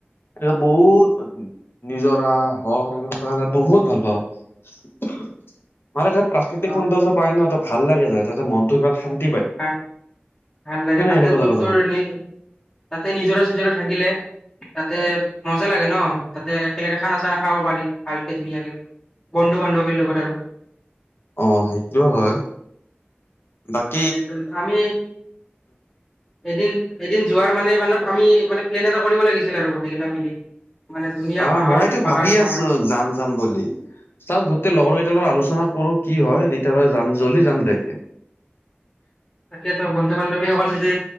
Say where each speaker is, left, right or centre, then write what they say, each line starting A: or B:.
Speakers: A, on the left; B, on the left.
A: এনে বহুত নিজৰা হ এনেকুৱা বহুত ভাল পাওঁ । মাৰ এয়া প্ৰাকৃতিক
B: অ
A: সৌন্দৰ্য পায় নহ। ভাল লাগে যায় তাতে মনতটো ইমান শান্ত।
B: হ ভাল লাগে। তাতে
A: এনেকুৱা
B: তোৰ
A: জেগা যাব
B: তোৰ
A: লাগে
B: নি তাতে নিজৰা চিজৰা থাকিলে। তাতে মজা লাগে ন তাতে একেলগে খানা চানা খাব পাৰি ভালকে ধুনীয়াকে। বন্ধু বান্ধৱীৰ লগত আৰু
A: অ সেইটো হয় তাক।
B: সেইটো আমি। এদিন এদিন যোৱাৰ মানে মানে আমি মানে প্লেন এটা কৰিব লাগিছিলে আৰু গোটেইকেইটা মিলি। মানে ধুনীয়া
A: অ
B: পাহাৰ
A: মইতো
B: পাহাৰ
A: ভাবি
B: চাহাৰত
A: আছো যাম যাম বুলি চাও। তেয়া লগৰ কেইটালত আলোচনা কৰো কি হয় তেতিয়াহলে যাম জল্দি যাম দে একদিন।
B: তাকেতো বন্ধু বান্ধৱীসকল যদি